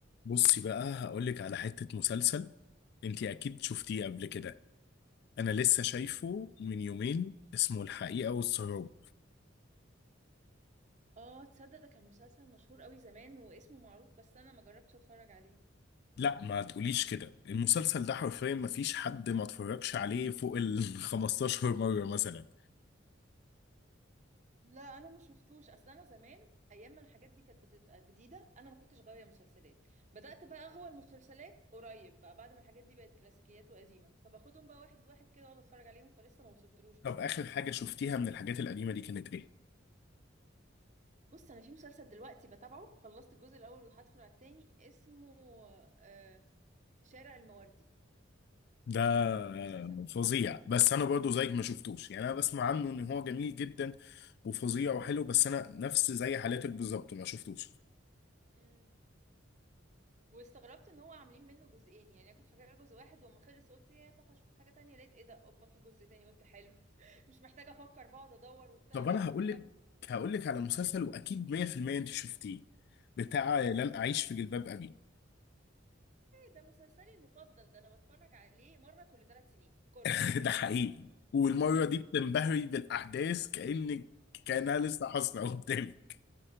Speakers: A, on the left; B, on the right.
A: بصي بقى هقولك على حتة مسلسل انتي اكيد شفتيه قبل كده انا لسه شايفه من يومين اسمه الحقيقة والسراب
B: اه تصدق ده كان مسلسل مشهور قوي زمان واسمه معروف بس انا ما جربتش اتفرج عليه
A: لا ما تقوليش كده المسلسل ده حرفيا ما فيش حد ما اتفرجش عليه فوق ال <laughs> 15 مرة مثلا
B: لا انا ما شفتوش اصل انا زمان ايام ما الحاجات دي كانت بتبقى جديده انا ما كنتش غاويه مسلسلات بدات بقى اغوى المسلسلات قريب بقى بعد ما الحاجات دي بقت كلاسيكيات وقديمه فباخدهم بقى واحد واحد كده واقعد اتفرج عليهم فلسه ما وصلتلوش بصراحه
A: طب اخر حاجة شفتيها من الحاجات القديمة دي كانت ايه
B: بص انا في مسلسل دلوقتي بتابعه خلصت الجزء الاول وهدخل على التاني اسمه آه شارع المواردي
A: ده آه،
B: مسلسل تلفزيوني.
A: فظيع بس انا برضو زيك ما شفتوش يعني انا بسمع عنه ان هو جميل جدا وفظيع وحلو بس انا نفس زي حالاتك بالظبط ما شفتوش
B: مم. واستغربت ان هو عاملين منه جزئين يعني انا كنت فاكره جزء واحد واما خلص قلت يا طب هشوف حاجه تانية لقيت ايه ده اوبا في جزء تاني قلت حلو <laughs> مش محتاجه افكر بقعد ادور وبتاع
A: طب
B: لا
A: انا
B: انا
A: هقول
B: هكمل
A: لك هقول لك على مسلسل واكيد 100% انت شفتيه بتاع
B: ايه
A: لن اعيش في جلباب ابي
B: ده مسلسلي المفضل ده انا بتفرج عليه مره كل ثلاث سنين كورس
A: <laughs>
B: لازم
A: ده حقيقي والمره دي بتنبهري بالاحداث كانك كانها لسه حاصله قدامك